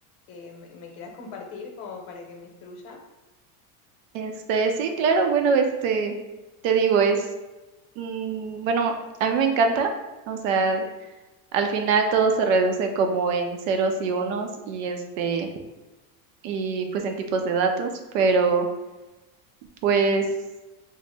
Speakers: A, on the left; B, on the right.
A: que me, me quieras compartir como para que me instruya?
B: Este, sí, claro, bueno, este te digo es mm, bueno, a mí me encanta, o sea, al final todo se reduce como en ceros y unos y este y pues en tipos de datos, pero pues